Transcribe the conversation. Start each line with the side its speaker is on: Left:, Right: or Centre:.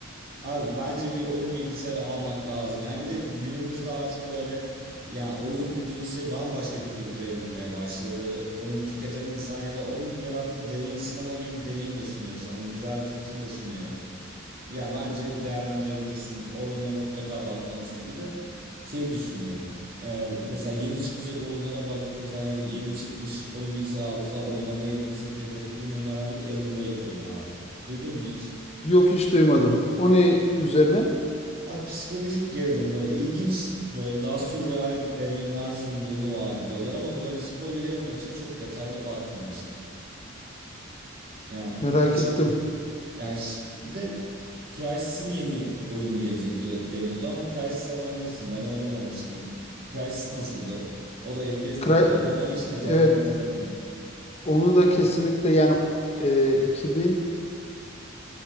Right: Abi bence bir oyun bilgisayarı almak lazım. Yani bir de günümüzde artık böyle yani oyun dediğimiz şey bambaşka bir kültüre evrilmeye başladı. Onu tüketen insan ya da onun yarattığı deneyim sinema gibi bir deneyim de sunuyor sana. Güzel bir tüketim de sunuyor. Yani bence değerlendirebilirsin. O oyunlara mutlaka bakmalısın. Bir de şey düşünüyorum. Ee, mesela yeni çıkacak oyunlara baktığım zaman ya da yeni çıkmış oyun bilgisayarı aldığım zaman oynamayı kesinlikle hedeflediğim oyunlardan biri Alan Wake oyunu abi. Duydun mu hiç?
Left: Yok hiç duymadım. O ne üzerine?
Right: Abi psikolojik gerilim böyle ilginç böyle daha sürreal deneyimler sunduğunu vaat ediyorlar ama böyle spoiler yememek için çok detaylı bakmamıştım. Yani
Left: Merak
Right: açık
Left: ettim.
Right: yani ş- bir de Crysis'in yeni oyunu gelecek diyor deniyordu ama Crysis sen oynamışsın ben oynamamıştım. Crysis nasıldı? O da FPS
Left: Kray
Right: diye biliyorum ama hiç
Left: evet
Right: detaylarını hatırlamıyorum.
Left: onu da kesinlikle yani e, 2008'de